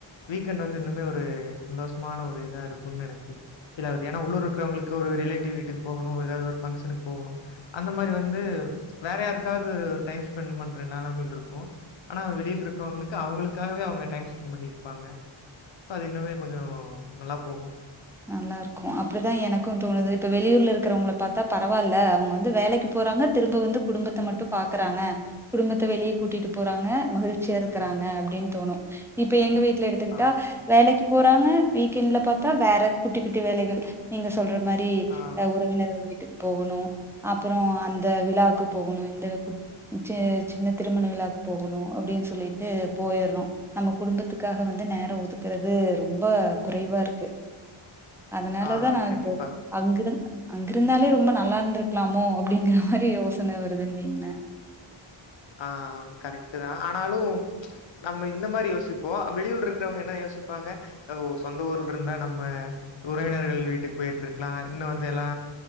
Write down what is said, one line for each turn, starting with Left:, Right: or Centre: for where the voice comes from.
Left: வீக்கெண்ட் வந்து இன்னுமே ஒரு சந்தோஷமான ஒரு இதா இருக்குனு எனக் இல்ல ஆகுது ஏனா உள்ளூர் இருக்கிறவங்களுக்கு ஒரு ரிலேட்டிவ் வீட்டுக்கு போவுணு எதாவுது ஒரு ஃபங்க்ஷனுக்கு போவுணு அந்த மாறி வந்து வேற யாருக்காவுது ஒரு டைம் ஸ்பெண்ட் பண்ற நெலமைல இருக்கு ஆனா வெளில இருக்கவுங்களுக்கு அவங்களுக்காகவே அவுங்க டைம் ஸ்பெண்ட் பண்ணிருப்பாங்க இப்ப அது இன்னுமே கொஞ்சோ நல்லா போகு
Centre: நல்லா இருக்கோ அப்டிதா எனக்கு தோணுது இப்ப வெளியூர்ல இருக்கிறவங்கள பாத்தா பரவாயில்ல அவுங்க வந்து வேலைக்கு போறாங்க திரும்ப வந்து குடும்பத்த மட்டு பாக்குறாங்க குடும்பத்த வெளிய கூட்டிட்டு போறாங்க மகிழ்ச்சியா இருக்கறாங்க அப்டின்னு தோணு இப்ப எங்க வீட் விட்ல எடுத்துக்கிட்டா
Left: ஆமா.
Centre: வேலைக்கு போறாங்க வீக்கெண்ட்ல பாத்தா வேற குட்டி குட்டி வேலைகள் நீங்க சொல்ற மாரி
Left: ஆ,
Centre: அ உறவினர் இந்த வீட்டுக்கு போகுனு அப்றோ அந்த விழாக்கு போகுனு இந்த கு ம் சேர் சின்ன திருமண விழாக்கு போகேனு அப்டினு சொல்லிட்டு போயிடுறோ நம்ம குடும்பத்துக்காக வந்து நேரோ ஒதுக்குறது ரொம்ப குறைவா இருக்கு அதனாலதா
Left: ஆ
Centre: நா
Left: கண்டிப்பா.
Centre: இப்போ அங்கிரு அங்கிருந்தாலே ரொம்ப நல்லா இருந்திருக்குலாமோ அப்டிங்கிற மாரி யோசனை வருதுன்னுன்னே
Left: ஆ கரெட்டு தா ஆனாலு நம்ம இந்த மாரி யோசிப்போ வெளியூர்ல இருக்குறவங்க என்ன யோசிப்பாங்க அ ஒ சொந்த ஊர்ல இருந்தா நம்ம உறவினர்கள் வீட்டுக்கு போய்இருந்திருக்குலா இன்னுவந்து எல்லா